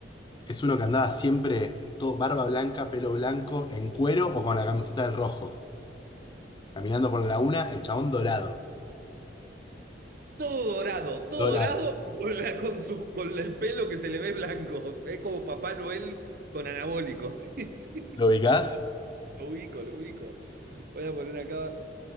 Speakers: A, on the left; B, on the right.
A: Es uno que andaba siempre todo barba blanca, pelo blanco, en cuero o con la camiseta del rojo. Caminando por la laguna, el chabón dorado.
B: Todo dorado, todo
A: Dorado.
B: dorado, con, la- con su- con el pelo que se le ve blanco. Es como Papá Noel con anabólicos. <laughs> Sí, sí.
A: ¿Lo ubicás?
B: Me acuerdo, Lo ubico, lo ubico. Voy a poner acá.